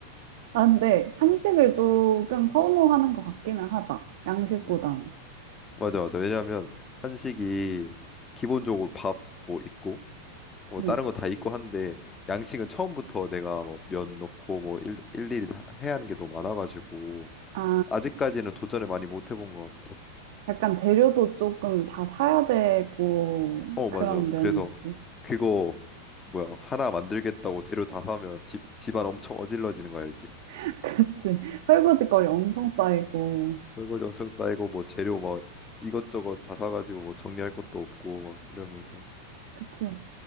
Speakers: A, on the right; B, on the left.
A: 아, 근데 한식을 조금 선호하는 것 같기는 하다. 양식보다는.
B: 음. 맞아, 맞아. 왜냐하면 한식이 기본적으로 밥 뭐 있고 뭐
A: 음.
B: 다른 거 다 있고 한데 양식은 처음부터 내가 뭐 면 넣고 뭐 일, 일일이 다 해야 하는 게 너무 많아가지고
A: 아,
B: 아직까지는 도전을 많이 못 해본 것 같아.
A: 약간 재료도 조금 다 사야 되고
B: 어,
A: 그런
B: 맞아, 맞아.
A: 면이
B: 그래서
A: 있지.
B: 그거 뭐야 하나 만들겠다고 재료 다 사면 집 집안 엄청 어질러지는 거 알지?
A: <laughs> 그치. 설거지거리 엄청 쌓이고.
B: 설거지 엄청 쌓이고 뭐 재료 막 이것저것 다 사가지고 뭐 정리할 것도 없고 막 이러면서
A: 그치.